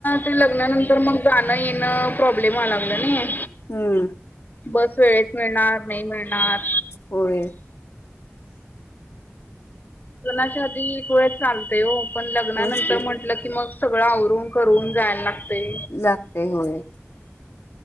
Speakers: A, on the left; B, on the left.
A: ते लग्नानंतर मग जाणं येणं प्रॉब्लेम व्हाया लागला नई.
B: हूं!
A: बस वेळेत मिळणार नही मिळणार
B: होय!
A: लगनाच्या आधी एक वेळ चालतेय हो पण लग्नानंतर
B: होयच की
A: म्हंटलं की मग सगळं आवरून करून जायला लागते.
B: लागते होय.